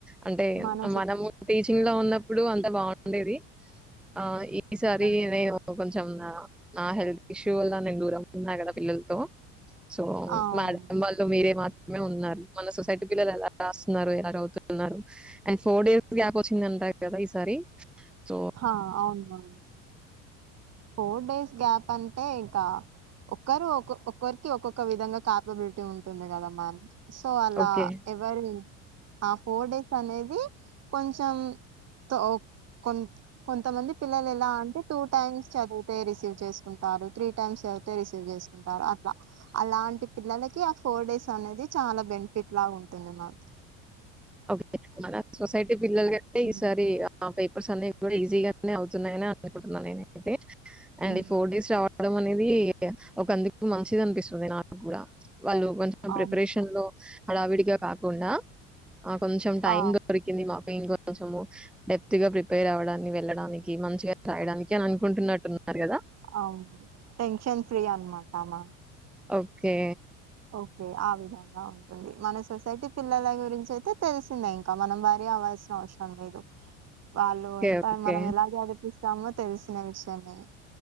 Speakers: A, in the centre; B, on the right.
A: అంటే
B: మన
A: మనము టీచింగ్ లో ఉన్నప్పుడు ఇప్పుడు అంత బాగుండేది ఆ ఈసారి
B: సిస్టమ్
A: నేను కొంచెం నా హెల్త్ ఇష్యూ వల్ల నేను దూరం అవుతున్నా కదా పిల్లలతో సో
B: అవును
A: మేడం వాళ్ళు మీరే మే ఉన్నారు మన సొసైటీ పిల్లలు ఎలా రాస్తున్నారు ఎలా చదువుతున్నారు అండ్ ఫోర్ డేస్ గ్యాప్ వచ్చింది అంట కదా ఈసారి సో,
B: హా అవును మేం ఫోర్ డేస్ గ్యాప్ అంటే ఇంకా ఒకరు ఒ ఒక్కరికి ఒక్కొక్క విధంగా క్యాపబిలిటీ ఉంటుంది కదా మ్యామ్ సో అలా
A: ఓకే.
B: ఎవరి ఆ ఫోర్ డేస్ అనేది కొంచెం తో కొంత కొంతమంది పిల్లలు ఎలా అంటే టూ టైమ్స్ చదివితే రిసీవ్ చేసుకుంటారు త్రీ టైమ్స్ చదివితే రిసీవ్ చేసుకుంటారు అట్లా అలాంటి పిల్లలకి ఆ ఫోర్ డేస్ అనేది చాలా బెనిఫిట్ లా ఉంటుంది మామ్
A: ఓకే మన సొసైటీ పిల్లలు కంటే
B: హ్మ్.
A: ఈసారి హాఫ్ ఇప్పుడు సందీప్ కూడా ఈజీ గానే అవుతున్నాయని అనుకుంటున్నాను నేనైతే అండ్
B: హ్మ్.
A: ఈ ఫోర్ డేస్ రావడం అనేది ఇది ఒక అందుకు మంచిది అనిపిస్తుంది నాకు కూడా వాళ్లు కొంచెం
B: అవును
A: ప్రిపరేషన్‌లో. హడావిడిగా కాకుండా, ఆ కొంచం టైమ్
B: ఆ
A: దొరికింది మాకు మేము గూడా కొంచెము డెప్త్ గా ప్రిపేర్ అవ్వడాని, వెళ్ళడానికి మంచిగా రాయడానికి అని అనుకుంటున్నట్టున్నారు కదా.
B: అవును, టెన్షన్ ఫ్రీ అనమాట మాకు.
A: ఓకే
B: ఓకే, ఆ విధంగా ఉంటుంది. మన సొసైటీ పిల్లల గురించి అయితే తెలిసిందే. ఇంకా మనం వర్రీ అవ్వాల్సిన అవసరం లేదు. వాళ్లు
A: ఓకే.
B: ఎంత
A: ఓకే.
B: మనం ఎలా చదివిస్తే సము తెలిసిన విషయమే గదా.